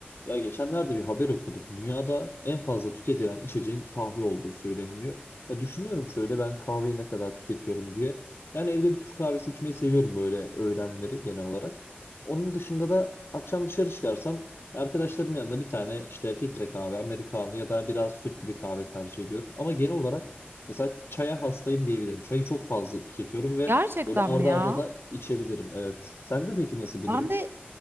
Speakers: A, on the left; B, on the right.
A: Ya geçenlerde bir haber okudum. Dünyada en fazla tüketilen içeceğin kahve olduğu söyleniliyor. Ya düşünüyorum şöyle ben kahveyi ne kadar tüketiyorum diye. Yani evde bir Türk kahvesi içmeyi seviyorum böyle öğlenleri genel olarak. Onun dışında da akşam dışarı çıkarsam ya arkadaşlarım yanında bir tane işte filtre kahve, americano ya da biraz sütlü bir kahve tercih ediyorum. Ama genel olarak mesela çaya hastayım diyebilirim. Çayı çok fazla tüketiyorum ve
B: Gerçekten
A: böyle arda
B: mi ya?
A: arda da içebilirim. Evet. Sende peki nasıl bu
B: Ben
A: durum?
B: de